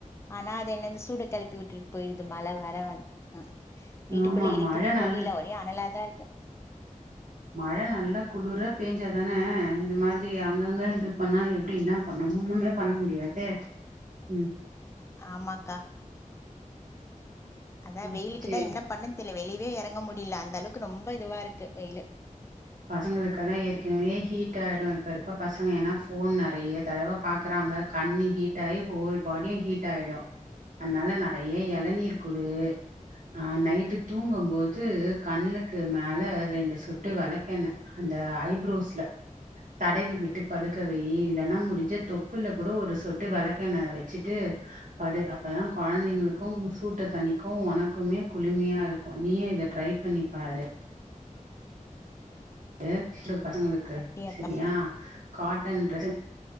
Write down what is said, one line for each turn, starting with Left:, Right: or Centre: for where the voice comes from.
Left: ஆனா அது என்ன சூட கிளப்பி விட்டுட்டு போயிடுது மழை வேற வந்து வீட்டுக்குள்ளே
Right: ஆமா
Left: இருக்கவே
Right: மழ நல்
Left: முடியில ஒரே அனலா தான் இருக்கு
Right: மழ நல்லா குளிர பேஞ்சாதானே இது மாதிரி அங்கங்க இது பண்ணா எப்டி என்ன பண்ணும் ஒண்ணுமே பண்ண முடியாதே உம்
Left: ஆமாக்கா அதான்
Right: ம்
Left: வெயிலுக்குதான்
Right: சேரி
Left: என்ன பண்ணதெர்ல வெளியவே இறங்க முடியல அந்த அளவுக்கு ரொம்ப இதுவா இருக்கு வெயிலு
Right: பசங்களுக்கெல்லாம் ஏற்கனவே ஹீட் ஆயிடும் இப்ப இருக்க பசங்க ஏன்னா போன் நிறைய தடவா பாக்குறாங்க கண் ஹீட் ஆகி ஹோல் பாடியும் ஹீட் ஆயிடும் அதனால நிறைய இளநீர் குடு ஆஹ நைட்டு தூங்கும் போது கண்ணுக்கு மேல ரெண்டு சொட்டு விளக் கெண்ண அந்த ஐப்ரோஸ்ல தடவி விட்டு படுக்கவை இல்லைன்னா முடிஞ்ச தொப்புல கூட ஒரு சொட்டு விளக்கெண்ண வச்சுட்டு படு அப்பதான் குழந்தைங்களுக்கும் சூட்ட தனிக்கும் உனக்குமே குளிமையா இருக்கும் நீய இத ட்ரை பண்ணிப்பாரு <unintelligible> பசங்களுக்கு
Left: அப்டியாக்கா
Right: செரியா
Left: சிஸ்
Right: காட்டன் டஸீ